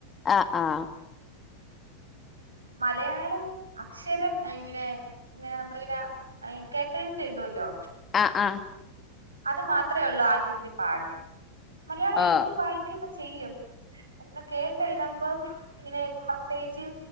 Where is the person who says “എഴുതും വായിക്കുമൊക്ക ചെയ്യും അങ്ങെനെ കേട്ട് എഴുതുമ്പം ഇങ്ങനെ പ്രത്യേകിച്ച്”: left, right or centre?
Right